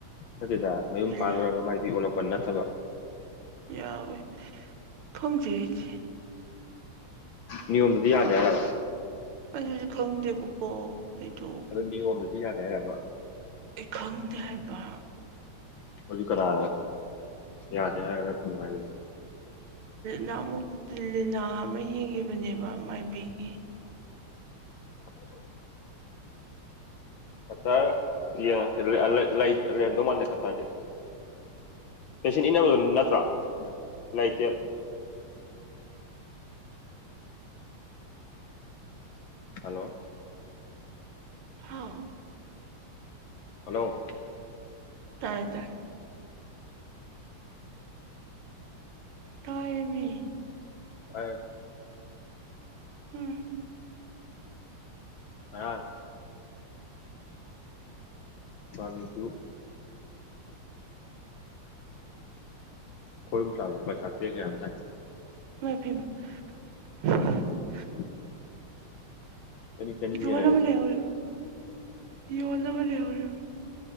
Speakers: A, on the left; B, on the right.
A: ꯑꯗꯨꯠꯇꯦꯗ ꯃꯌꯨꯝ
B: ꯂꯤꯂꯥꯗꯨ
A: ꯄꯥꯜꯂꯨꯔꯒ ꯃꯥꯏꯕꯤ ꯑꯣꯜꯂꯛꯄ ꯅꯠꯇꯕ
B: ꯌꯥꯎꯋꯦ ꯊꯣꯡꯖꯔꯤꯗꯤ
A: ꯅꯤꯌꯣꯝꯗꯤ ꯌꯥꯒꯦꯔ
B: ꯑꯩ ꯍꯧꯁꯨ ꯈꯪꯗꯦꯕꯀꯣ ꯑꯩꯗꯣ
A: ꯑꯗꯨ ꯅꯤꯌꯣꯝꯗꯗꯤ ꯌꯥꯗꯦ ꯍꯥꯏꯔꯕ
B: ꯑꯩ ꯈꯪꯗꯦ ꯍꯥꯏꯕ
A: ꯑꯗꯨ ꯀꯔꯥ ꯌꯥꯗꯦ ꯍꯥꯏꯔꯒꯅꯦ ꯐꯉꯕ
B: ꯂꯤ ꯑꯃꯨ ꯂꯤꯅꯥ ꯑꯃ ꯌꯦꯡꯈꯤꯕꯅꯦꯕ ꯃꯥꯏꯕꯤꯒꯤ
A: <inaudible> ꯀꯇꯥꯔ ꯌꯦꯡꯉꯁꯦ ꯂꯩꯍꯗꯧ ꯃꯥꯜꯂꯦ ꯀꯇꯥꯗꯤ ꯄꯦꯟꯁꯤꯟ ꯏꯟꯅꯕꯗꯨ ꯅꯠꯇ꯭ꯔꯥ ꯂꯩꯇ ꯍꯜꯂꯣ
B: ꯍꯥꯎ
A: ꯍꯜꯂꯣ
B: ꯇꯥꯏ ꯇꯥꯏ ꯇꯣꯏ ꯃꯤ
A: ꯑ
B: ꯍ
A: ꯍꯔ ꯗꯤꯗꯨ ꯀꯣꯏ ꯃꯤ ꯆꯄꯥ ꯆꯇꯦ ꯀꯌꯥꯗ
B: <inaudible>
A: <inaudible> ꯆꯅꯤ ꯆꯅꯤ ꯌꯦꯟꯅꯔꯦ
B: ꯍꯅ ꯑꯃ
A: ꯑꯗꯨꯝ
B: ꯂꯩ ꯑꯣꯏ ꯌ ꯋꯥꯅ ꯃꯅꯦꯦ ꯑꯣꯏ